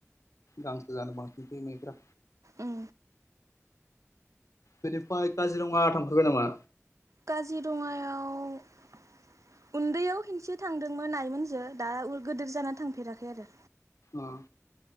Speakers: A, on the left; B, on the right.
A: गांसो जानो बांसि फैयो मैफोरा
B: उम
A: बेनिफ्राय काजिरङा थांफेरबाय नामा?
B: काजिरङायाव उन्दैयाव खेनसे थांदोंमोन आइमोनजो दा गोदोर जाना थांफेराखै आरो
A: अ